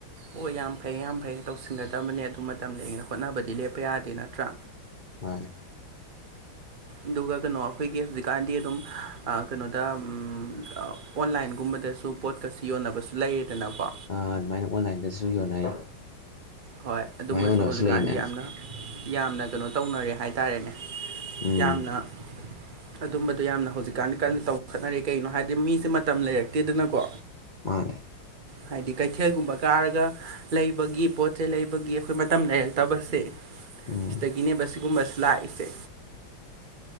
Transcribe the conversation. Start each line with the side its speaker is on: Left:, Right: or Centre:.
Right: ꯑꯣ ꯌꯥꯝ ꯐꯩ ꯌꯥꯝ ꯐꯩ ꯇꯧꯁꯤꯟꯒꯗꯕꯅꯦ ꯑꯗꯨ ꯃꯇꯝ ꯂꯩꯔꯤꯉꯩ ꯍꯣꯠꯅꯕꯗꯤ ꯂꯦꯞꯄ ꯌꯥꯗꯦ ꯅꯠꯇ꯭ꯔꯥ
Left: ꯃꯥꯅꯦ
Right: ꯑꯗꯨꯒ ꯀꯩꯅꯣ ꯑꯩꯈꯣꯏꯒꯤ ꯍꯧꯖꯤꯛꯀꯥꯟꯗꯤ ꯑꯗꯨꯝ ꯑꯥ ꯀꯩꯅꯣꯗ ꯎꯝ ꯑꯣꯟꯂꯥꯏꯟꯒꯨꯝꯕꯗꯁꯨ ꯄꯣꯠꯀꯁꯨ ꯌꯣꯟꯅꯕꯁꯨ ꯂꯩꯌꯦꯗꯅꯀꯣ
Left: ꯑꯗꯨꯃꯥꯏꯅ ꯑꯣꯟꯂꯥꯏꯟꯗꯁꯨ ꯌꯣꯟꯅꯩ
Right: ꯍꯣꯏ
Left: ꯑꯗꯨꯃꯥꯏꯅ
Right: ꯑꯗꯨꯝꯕꯁꯨ
Left: ꯌꯣꯟꯅꯕꯁꯨ
Right: ꯍꯧꯖꯤꯛꯀꯥꯟꯗꯤ
Left: ꯂꯩ ꯃꯌꯥꯝ
Right: ꯌꯥꯝꯅ ꯌꯥꯝꯅ ꯀꯩꯅꯣ ꯇꯧꯅꯔꯦ ꯍꯥꯏ ꯍꯥꯏꯇꯥꯔꯦꯅꯦ
Left: ꯎꯝ
Right: ꯌꯥꯝꯅ ꯑꯗꯨꯝꯕꯗꯣ ꯌꯥꯝꯅ ꯍꯧꯖꯤꯛꯀꯥꯟꯗꯤ ꯀꯟꯅ ꯇꯧ ꯈꯠꯅꯔꯤ ꯀꯩꯅꯣ ꯍꯥꯏꯗꯤ ꯃꯤꯁꯦ ꯃꯇꯝ ꯂꯩꯔꯛꯇꯦꯗꯅꯀꯣ
Left: ꯃꯥꯅꯦ
Right: ꯍꯥꯏꯗꯤ ꯀꯩꯊꯦꯜꯒꯨꯝꯕ ꯀꯥꯔꯒ ꯂꯩꯕꯒꯤ ꯄꯣꯠ ꯆꯩ ꯂꯩꯕꯒꯤ ꯑꯩꯈꯣꯏ ꯃꯇꯝ ꯂꯩꯔꯛꯇꯕꯁꯦ
Left: ꯎꯝ
Right: ꯆꯒꯤꯅꯦꯕ ꯁꯤꯒꯨꯝꯕꯁ ꯂꯥꯛꯏꯁꯦ